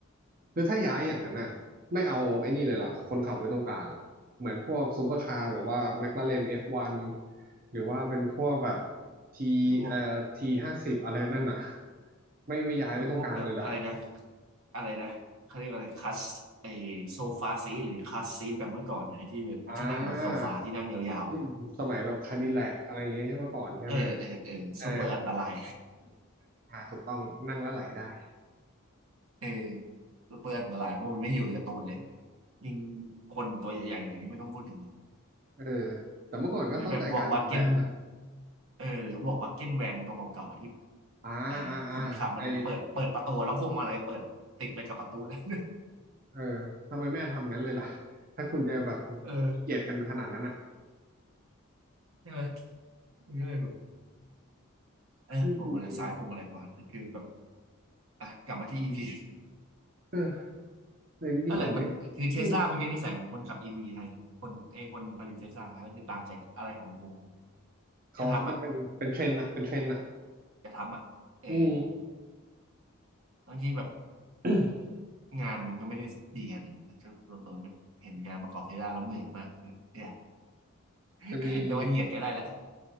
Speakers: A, on the right; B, on the right.
A: คือถ้าย้ายอย่างนั้นน่ะไม่เอาไอ้นี่เลยล่ะคนขับไว้ตรงกลางอ่ะเหมือนพวกซูเปอร์คาร์แบบว่าแมคลาเรน F1 หรือว่าเป็นพวกแบบทีเอ่อทีห้าสิบอะไรนั่นน่ะ
B: หรือพวก
A: ไม่ไม่ย้ายไว้ตรงกลางเลยล่ะ
B: หรือพวกแบบอะไรนะ อะไรนะเขาเรียกอะไรคัสไอโซฟาซีหรือคัสซีทแบบเมื่อก่อนนะไอ้ที่แบบที่นั่งแบบโซฟาที่นั่งยาวๆอะ
A: อ่าที่สมัยแบบคาดิแลกอะไรอย่างเงี้ยเมื่อก่อนใช่ไหม
B: เออเออเออซูเปอร์อันตราย
A: เอออ่าถูกต้องนั่งแล้วไหลได้
B: เออซูเปอร์อันตรายเพราะมันไม่อยู่ในการ์ตูนเลยยิ่งคนตัวใหญ่ๆหน่อยนี่ไม่ต้องพูดถึง
A: เออแต่เมื่อก่อนก็เข้าใจการออกแบบนะ
B: หรือแบบบอกวาเก้นเออหรือบอกวาเก้นแวนตัวเก่าๆที่
A: อ่าอ่าอ่าไอ
B: ไอ้คนขับมันเปิดเปิดประตูแล้วพวงมาลัยเปิดติดไปกับประตูนั้น
A: เออทำไมแม่ทำงั้นเลยล่ะถ้าคุณจะแบบ
B: <laughs> เออ
A: ขี้เกียจกันขนาดนั้นอ่ะ
B: ใช่ไหมมันก็เลยแบบเออพวงมาลัยซ้ายพวงมาลัยขวาแต่คือแบบ
A: จริงๆมัน
B: อ่ะกลับมาที่อีพี
A: เออแต่จริงๆผมไม่
B: นั่นแหละมันคือเทสลามันก็นิสัยเหมือนคนขับอีวีไทยเนี่ยคนไอคนผลิตเทสลาก็คือตามใจอะไรของกู
A: อืมเขาเขาจะเป็นเป็นเทรนด์อ่ะเป็นเทรนด์อ่ะ
B: อย่าทำอ่ะจย่าทำอ่ะเออ
A: อืม
B: บางทีแบบ
A: <clears throat>
B: งานมันก็ไม่ได้ดีกันนะก็โดนเห็นงานประกอบเทสลาแล้วเหนื่อยมากเนี่ยเนี่ย <laughs>
A: จะมีอย่างนี้
B: แต่ว่าเหยียดก็ได้แหละ